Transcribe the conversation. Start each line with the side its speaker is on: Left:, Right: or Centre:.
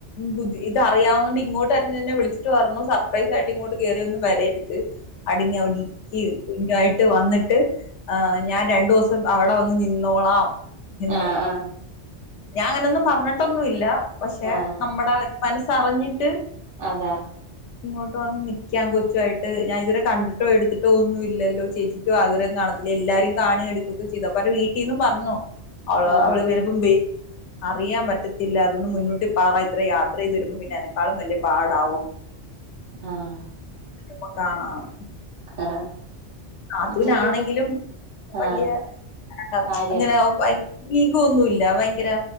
Left: ബുദ്ധ ഇത് അറിയാവുന്നണ്ട് ഇങ്ങോട്ട്െെ വിളിച്ചിട്ട് പറഞ്ഞു സർപ്രൈസ ആയിട്ട് ഇങ്ങോട്ട് കയറിയ ഒന്നും വരരുത് അടങ്ങി അവിടെ ഇരിക്ക കുഞ്ഞമായിട്ട് <unintelligible> വന്നിട്ട് ആ ഞാൻ രണ്ടു ദിവസം അവിടെ വന്ന് നിന്നോളാം എന്ന്
Right: ആ ആ
Left: ഞാൻ അങ്ങനൊന്നും പറഞ്ഞിട്ടൊന്നു ഇല്ല പക്ഷെ
Right: ആഹ്
Left: നമ്മട ഈ മനസ്സറിഞ്ഞിട്ട്
Right: അതാ
Left: ഇങ്ങോട്ട് വന്ന് നിക്കാം കൊച്ചു ആയിട്ട് ഞാൻ ഇവരെ കണ്ടിട്ടോ എടുത്തിട്ടോ ഒന്നും ഇല്ലല്ലോ ചേച്ചിക്കോ ആഗ്രഹം കാണ <unintelligible> എല്ലാരും കാണെ എടുക്കൊക്കെ ചെയ്ത് അപ്പ അവരുടെ വീട്ടിന്നും പറഞ്ഞു അവ
Right: ആഹ്
Left: അവള് <unintelligible> വരുംന്ന്
Right: <inaudible>
Left: അറിയാൻ പറ്റത്തില്ല അതുകൊണ്ട് മുന്നോട്ട് പാറ ഇത്ര യാത്ര ചെയ്ത് വരുമ്പോൾ പിന്നെ അനെക്കാളും വലിയ പാടാവും
Right: ആഹ്
Left: വരുമ്പ കാണാന്ന്
Right: <unintelligible>
Left: നാത്തൂനാണെങ്കിലും
Right: ഉച്ചക്കത്തെ
Left: വല്യ
Right: ആഹ്
Left: ഇ
Right: കാര്യ
Left: ങ്ങനെ ഭയ ഈഗൊന്നുല്ല ഭയങ്കര